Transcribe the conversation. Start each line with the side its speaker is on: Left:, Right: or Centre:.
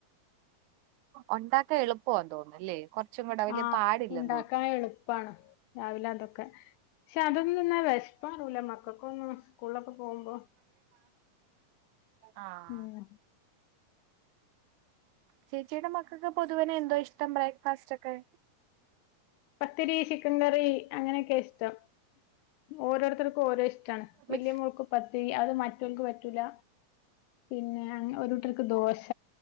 Right: ഉണ്ടാക്കാൻ എളുപ്പവാന്ന് തോന്നുന്നല്ലേ? കൊറച്ചും കൂടെ വലിയ
Left: ആ
Right: പാടില്ലെന്ന്
Left: ഉണ്ടാക്കാൻ
Right: തോന്നുന്നു
Left: എളുപ്പാണ് രാവിലെ അതൊക്കെ കെ പക്ഷെ അതൊന്നുന്നാ വെശ് പ്പാറൂല മക്കക്കൊന്നും സ്കൂൾലൊക്കെ പോകുമ്പോ
Right: ആഹ്
Left: ഉം
Right: ചേച്ചിയുടെ മക്കക്ക് പൊതുവനെ എന്തോ ഇഷ് ഷ്ടം ബ്രേക്ഫാസ്റ്റോക്കെ
Left: പത്തിരി ചിക്കൻ കറി അങ്ങനെയൊക്കെ ഇഷ്ടം ഓരോരുത്തർക്കും ഓരോ ഇഷ്ടാണ് വല്യ
Right: മിക്സ്
Left: മോൾക്ക് പത്തിരി അത് മറ്റോൽക്ക് പറ്റൂല പിന്നെ ഒരൂട്ടർക്ക് ദോശ